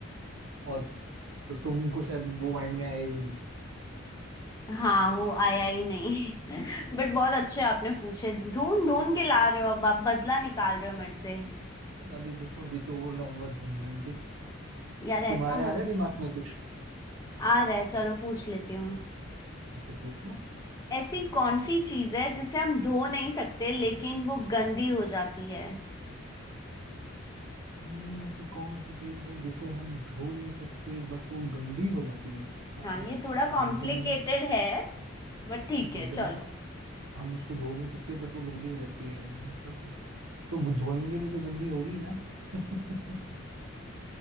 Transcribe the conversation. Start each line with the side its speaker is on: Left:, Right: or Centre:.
Right: और तो तुमको शायद वो माइंड में आए भी नहीं
Left: हाँ वो आया ही नहीं <laughs> बट बहुत अच्छे आपने पूछे ढूंढ ढूंढ के ला रहे हो अब आप बदला निकाल रहे हो मेरे से
Right: अभी देखो अभी तो और लाऊंगा ढूंढ ढूंढ के
Left: यार
Right: तुम्हारे
Left: ऐसा
Right: आ
Left: मत
Right: रहे दिमाग में कुछ
Left: आ रहा है चलो पूछ लेती हूँ
Right: ठीक है पूछो
Left: ऐसी कौन सी चीज है जिसे हम धो नहीं सकते लेकिन वो गंदी हो जाती है
Right: हम्म, ऐसी कौन सी चीज है जिसे हम धो नहीं सकते बट वो गंदी हो जाती है आ,
Left: हाँ ये थोड़ा
Right: गन
Left: कॉम्प्लिकेटेड है बट ठीक
Right: तो
Left: है
Right: गन
Left: चलो
Right: हम उसको धो नहीं सकते बट वो गंदी हो जाती है मतलब तो धोएंगे नहीं तो गंदी होगी ही ना <laughs>